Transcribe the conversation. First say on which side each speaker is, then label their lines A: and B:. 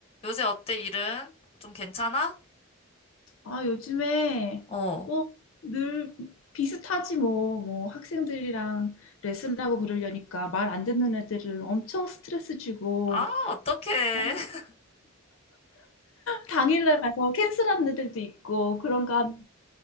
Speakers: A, on the left; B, on the left.
A: 요새 어때, 일은? 좀 괜찮아?
B: 아, 요즘에
A: 어.
B: 뭐 늘 비슷하지 뭐, 뭐 학생들이랑 레슨하고 그러려니까 말 안 듣는 애들은 엄청 스트레스 주고
A: 아, 어떡해.
B: 어,
A: <laughs>
B: 당일날 가서 캔슬하는 애들도 있고 그런가 하면